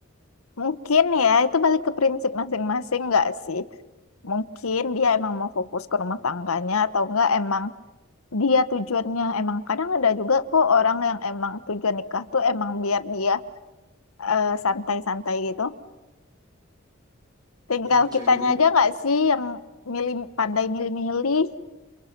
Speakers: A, on the left (about 80°); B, on the right (about 20°).
A: mungkin ya itu balik ke prinsip masing-masing nggak sih? Mungkin dia emang mau fokus ke rumah tangganya atau enggak emang dia tujuannya emang kadang ada juga kok orang yang emang tujuan nikah tuh emang biar dia eh, santai-santai gitu. Tinggal
B: begini cewek
A: kitanya
B: ini
A: aja nggak sih yang milih pandai milih-milih.